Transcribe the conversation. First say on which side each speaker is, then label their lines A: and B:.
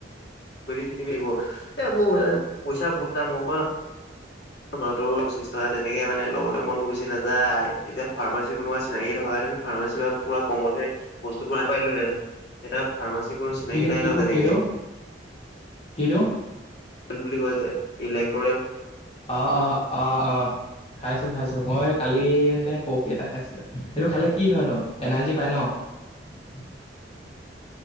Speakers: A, on the left (about 65°); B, on the left (about 30°).
A: ব চিনিবাৰিব এবোৰ পইচা বহুত দাম গম পাওঁ লটো পচিশ টকা তেনেকে মানে ল'বলৈ মন গুচি নাযায় এতিয়া ফাৰ্মাচী কোনোবা চিনাকি থকা। ফাৰ্মাচী বা পুৰা কমতে বস্তুবোৰ আনিছিলো হে এয়া ফাৰ্মাচী কোনো চিনাকি
B: কিটো
A: নাই
B: কিটো
A: ন তেনেকে।
B: কিটো কিটো
A: বুলি কৈছে ইলেক্ট্ৰনিক।
B: অ অ অ অ খাইছো খাইছো মই। কালি পৰহি এটা খাইছিলো সেইটো খালে কি হয় ন এনাৰ্জি পাই ন। <unintelligible>